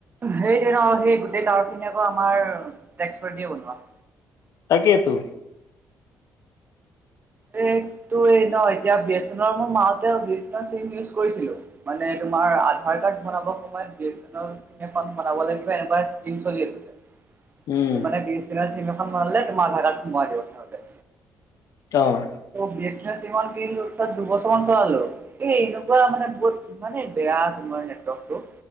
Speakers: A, on the right (about 35°); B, on the left (about 70°).
A: সেইটো ন সেই গোটেই টাৱাৰখিনি আকৌ আমাৰ টেক্স পাৰ্টি বনোৱা।
B: তাকে টো।
A: অহ টোৱে ন এতিয়া বি এছ এৰ মোৰ মাতে ভ এচন চিম ইউজ কৰিছিলো। মানে তোমাৰ আধাৰ কাৰ্ড বনাব কবোপৰে বি এছ এনল বনাব কিবা এনেকুৱা স্কিল চলি আছিলে।
B: উম
A: মানে বি এছ এনল চিম এখন বনাবলৈ তোমাৰ আধাৰ কাৰ্ড খন বনাই দিব সিহঁতে।
B: অ'।
A: বি এছ এনল চিম এখন কিনিলো ত দু বছৰ মান চলালো এই এনেকুৱা মানে বহুত ইমানে বেয়া তোমাৰ নেটৱৰ্কটো।